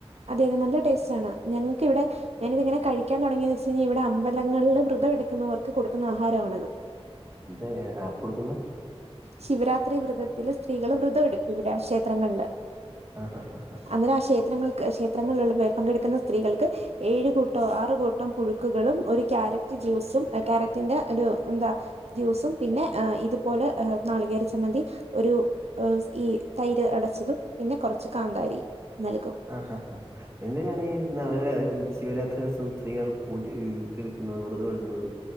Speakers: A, on the right; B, on the right.
A: അതെയതെ നല്ല ടേസ്റ്റാണ് ഞങ്ങക്കിവിടെ ഞാനിതിങ്ങനെ കഴിക്കാൻ തുടങ്ങിയെന്ന് വെച്ച്ഞ്ഞാൽ ഇവിടെ അമ്പലങ്ങളിൽ വ്രതംഎടുക്കുന്നവർക്ക് കൊടുക്കുന്ന ആഹാരവാണിത്. <inaudible>
B: ഇത് ആർക്ക്കൊടുക്കുന്ന
A: ശിവരാത്രി വ്രതത്തില് സ്ത്രീകള് വ്രതം എടുക്കുവടെ ക്ഷേത്രങ്ങളില്
B: ആഹ്, അഹ്, അഹ്
A: അന്നേരം ആക്ഷേത്രങ്ങൾക്ക് ക്ഷേത്രങ്ങളിലുള്ള പങ്കെടുക്കുന്ന സ്ത്രീകൾക്ക് ഏഴ്കൂട്ടോ ആറുകൂട്ടംപുഴുക്കുകളും ഒര് ക്യാരറ്റ്ജ്യൂസും ക്യാരറ്റിന്റെ ഒരുഎന്താ ജ്യൂസും പിന്നെഏ ഇതുപോലെഏ നാളികേരചമ്മന്തി ഒരു എസ് ഈ തൈര്ഒടച്ചതും പിന്നെകൊർച്ച് കാന്താരിനൽകും.
B: ആഹ്, ആഹ് എന്തിനാണി നവരാ ശിവരാത്രി ദിവസം സ്ത്രീകൾ പൂജപിളിക്കുന്നത് വൃതംഎടുക്കുന്നത്?